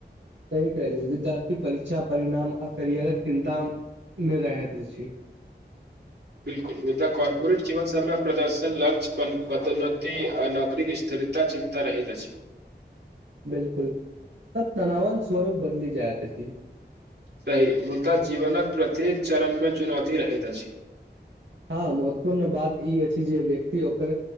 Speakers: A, on the right; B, on the right.
A: सही कहलियै, विद्यार्थी परीक्षा परिणाम आ कैरियरक चिन्ता मे रहैत अछि।
B: बिलकुल, मुदा कारर्पोरेट जीवन सबमे प्रदर्शन, लक्ष्य, पदोन्नति आ नौकरीक स्थिरता चिन्ता रहैत अछि।
A: बिलकुल, त तनावक स्वरूप बदलि जायत अछि।
B: सही, मुदा जीवनक प्रत्येक चरणमे चुनौती रहैत अछि।
A: हां, महत्वपूर्ण बात इ अछि जे व्यक्ति ओकर